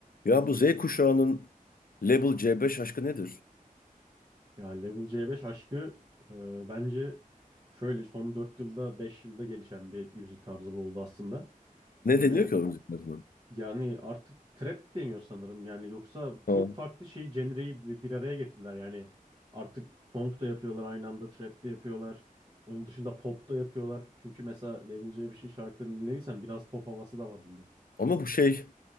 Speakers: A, on the left (about 75°); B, on the right (about 30°).
A: Ya bu Z kuşağının Label C5 aşkı nedir?
B: Ya Level C5 aşkı e, bence şöyle son 4 yılda 5 yılda gelişen bir müzik tarzı bu oldu aslında.
A: Ne
B: Böyle
A: deniyor ki o müziklerine?
B: yani artık trap deniyor sanırım. Yani yoksa çok
A: Ha.
B: farklı şey genreyi bir, bir araya getirdiler. Yani artık funk da yapıyorlar aynı anda trap de yapıyorlar. Onun dışında pop da yapıyorlar. Çünkü mesela Level C5'in şarkılarını dinlediysen biraz pop havası da var bunda.
A: Ama bu şey